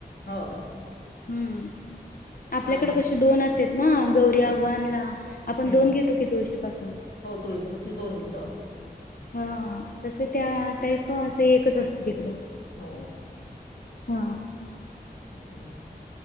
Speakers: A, on the left; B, on the left.
A: होय
B: हम्म आपल्याकडे
A: आमच्याक
B: कसे दोन असत ना गौरी
A: हम्म
B: आव्हानला आपण
A: हम्म
B: दोन घेतो की तुळशी पाासून,
A: हो तुळशीपासून दोन घेतो आपण.
B: हा तस त्या टाईप असं एकच असते तिकडं.
A: हो हम्म
B: हा.